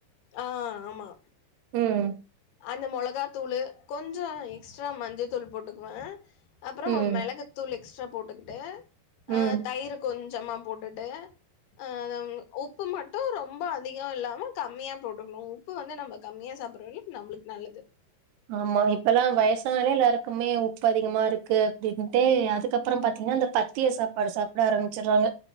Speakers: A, on the left (about 70°); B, on the right (about 75°).
A: ஆ ஆமா
B: ம்
A: அந்த மொளகா தூளு கொஞ்சோ எக்ஸ்ட்ரா மஞ்சத்தூள் போட்டுக்வே அப்றோ
B: ம்.
A: மெளகுத்தூள் எக்ஸ்ட்ரா போட்டுக்ட்டு அ
B: ம்.
A: தயிர் கொஞ்சமா போட்டுட்டு அ உப்பு மட்டு ரொம்ப அதிக இல்லாம கம்மியா போட்டுக்ணு உப் பு வந்து நம்ம கம்மியா சாப்றது நம்ளுக்கு நல்லது
B: ஆமா இப்பல்லா வயசாலே எல்லாருக்குமே உப்பு அதிகமா இருக்கு அப்டின்ட்டு அதுக்கப்றோ பாத்தீங்னா அந்த பத்திய சாப்பாடு சாப்ட ஆரம்பிச்சறாங்க